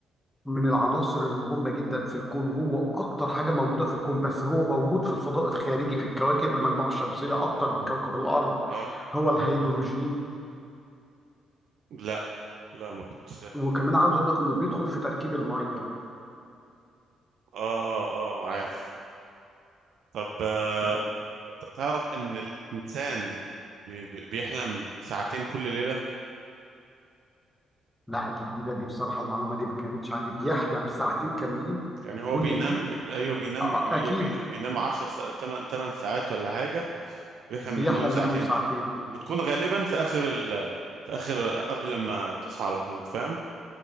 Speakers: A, in the centre; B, on the right.
A: من العناصر المهمة جدا في الكون وهو اكتر حاجة موجودة في الكون بس هو موجود في الفضاء الخارجي في الكواكب المجموعة الشمسية اكتر من
B: مم.
A: كوكب الارض
B: اه
A: هو الهيدروجين
B: لا لا ما كنت
A: وكمان عاوز اقول لك انه بيدخل في تركيب المية
B: اه اه اه عارف طب آه
A: لا
B: ت- تعرف ان الانسان بي- بي- بيحلم ساعتين كل ليله
A: لا، جديدة دي بصراحة المعلومة دي ما كانتش عندي بيحلم ساعتين كاملين
B: يعني هو
A: كل
B: بينام
A: ليلة أ-
B: بي ايوه بينام بي
A: اكيد
B: بي- بينام 10 سا... 8 8 ساعات ولا حاجه ويحلم
A: بيحلم
B: منهم ساعتين
A: منهم ساعتين
B: بتكون غالبا في اخر ال... في اخر قبل ما تصحى على طول فاهم